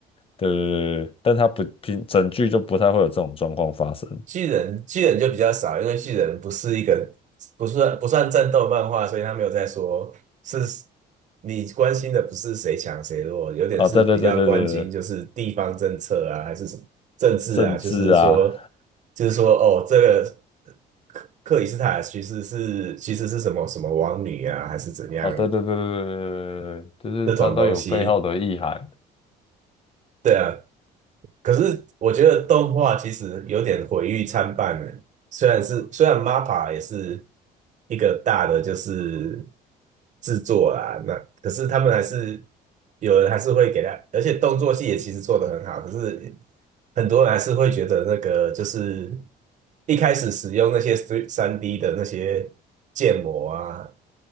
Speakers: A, on the left (about 35°); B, on the right (about 45°).
A: 对对对对，对但他不平整剧就不太会有这种状况发生
B: 巨人巨人就比较少，因为巨人不是一个不算不算战斗漫画，所以他没有在说是你关心的不是谁强谁弱，有点是比较关心就是地方政策啊，
A: 啊、对对对对对对，
B: 还是什么政治啊，
A: 政治啊，
B: 就是说就是说哦，这个克克里斯塔其实是其实是什么什么王女啊，还是怎样
A: 哦对对对对对对对，对就是他都有背后的意涵。
B: 那种东西。对啊，可是我觉得动画其实有点毁誉参半呢。虽然是虽然 MAPPA 也是一个大的就是制作啊，那可是他们还是有人还是会给他，而且动作戏也其实做得很好，可是很多人还是会觉得那个就是一开始使用那些三 d 的那些建模啊，